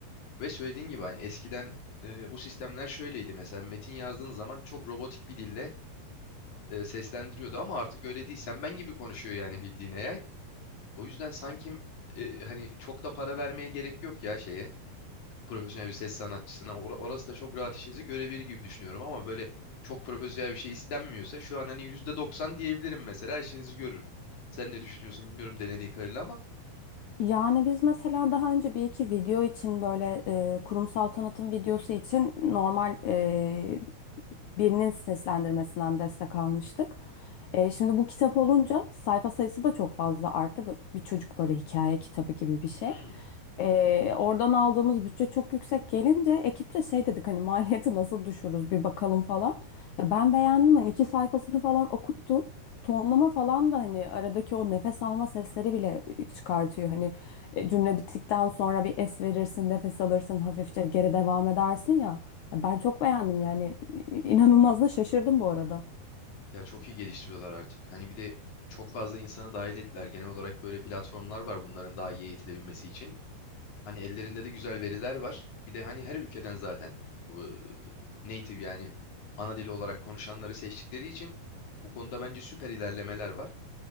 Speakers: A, on the left (about 50°); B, on the left (about 75°).
A: Ve söylediğin gibi hani eskiden e, bu sistemler şöyleydi mesela metin yazdığın zaman çok robotik bir dille e, seslendiriyordu ama artık öyle değil. Sen ben gibi konuşuyor yani bildiğin AI. O yüzden sanki e, hani çok da para vermeye gerek yok ya şeye profesyonel bir ses sanatçısına. Or- orası da çok rahat işinizi görebilir gibi düşünüyorum ama böyle çok profesyonel bir şey istenmiyorsa şu an hani %90 diyebilirim mesela işinizi görür. Sen ne düşünüyorsun bilmiyorum denediğin kadarıyla ama.
B: Yani biz mesela daha önce bir iki video için böyle e, kurumsal tanıtım videosu için normal e, birinin seslendirmesinden destek almıştık. E, şimdi bu kitap olunca sayfa sayısı da çok fazla arttı. Bu- Bir çocuk böyle hikaye kitabı gibi bir şey.
A: Hmm.
B: Ee, oradan aldığımız bütçe çok yüksek gelince ekipçe şey dedik hani maliyeti nasıl düşürürüz bir bakalım falan. Ya ben beğendim hani iki sayfasını falan okuttum. Tonlama falan da hani aradaki o nefes alma sesleri bile e, çıkartıyor. Hani e, cümle bittikten sonra bir es verirsin, nefes alırsın, hafifçe geri devam edersin ya. Ya ben çok beğendim yani İ- inanılmaz da şaşırdım bu arada.
A: Ya çok iyi geliştiriyorlar artık. Hani bir de çok fazla insanı dahil ettiler. Genel olarak böyle platformlar var bunların daha iyi eğitilebilmesi için. Hani ellerinde de güzel veriler var. Bir de hani her ülkeden zaten bu native yani ana dili olarak konuşanları seçtikleri için bu konuda bence süper ilerlemeler var.